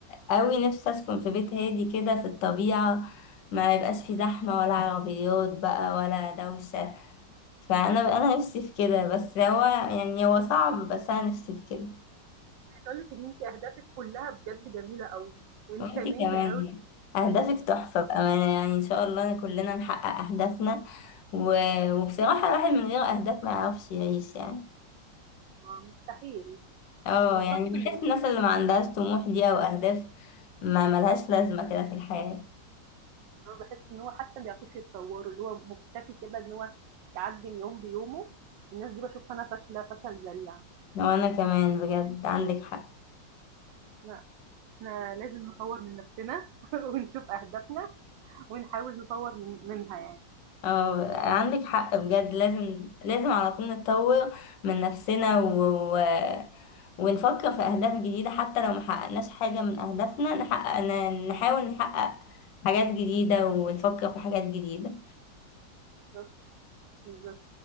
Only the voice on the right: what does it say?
عايزة أقول لِك إن أنتِ أهدافِك كُلّها بجد جميلة أوي وإنسانية
أوي،
آه مستحيل
الشخص
اللي
أنا باحس إن هو حتى ما بيعرفوش يتطوّروا، اللي هو مُكتفي كده إن هو يعدّي اليوم بيومه، الناس دي باشوفها أنا فاشلة فشل ذريع،
لأ، إحنا لازم نطوّر من نَفْسنا <laughs> ونشوف أهدافنا ونحاول نطوّر من منها يعني،
بالضبط، بالضبط.